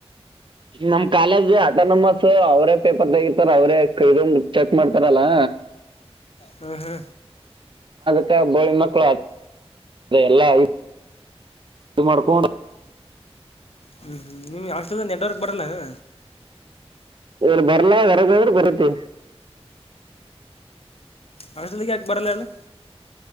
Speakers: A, on the right; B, on the left.
A: ನಮ್ ಕಾಲೇಜ್ ಆಟೋನಮಸ್ ಅವರೇ ಪೇಪರ್ತಗೀತಾರ ಅವ್ರೇ ಇದನ್ ಚೆಕ್ ಮಾಡ್ತಾರಲ್ಲ.
B: ಹ್ಮ ಹ್ಮ
A: ಮತ್ತ ಬೋಳಿಮಕ್ಳು ಎಲ್ಲ ಇ ಮಾಡ್ಕೊಂಡ
B: ಹ್ಮ್ ಹ್ಮ್ ನಿಮ್ಮಿ ಹಾಸ್ಟೆಲ್ ದಾಗ ನೆಟ್ವರ್ಕ್ ಬರಲ್ಲನು.
A: ಏನ್ ಬರ್ಲ <inaudible>
B: ಹಾಸ್ಟೆಲಿಗ್ ಯಾಕ್ ಬರಲ್ಲ ಹೇಳು